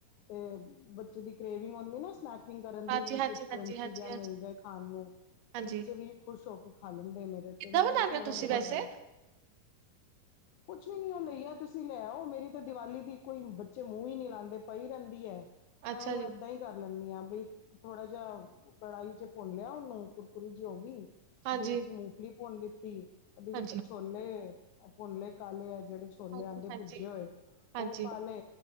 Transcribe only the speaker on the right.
ਹਾਂਜੀ,
ਹਾਂਜੀ,
ਹਾਂਜੀ, ਹਾਂਜੀ,
ਹਾਂਜੀ
ਕਿੱਦਾਂ
ਬਣਾਉਂਦੇ
ਹੋ ਤੁਸੀਂ
ਵੈਸੇ
ਅੱਛਾ
ਜੀ
ਹਾਂਜੀ,
ਹਾਂਜੀ,
ਹਾਂਜੀ,
ਹਾਂਜੀ,
ਹਾਂਜੀ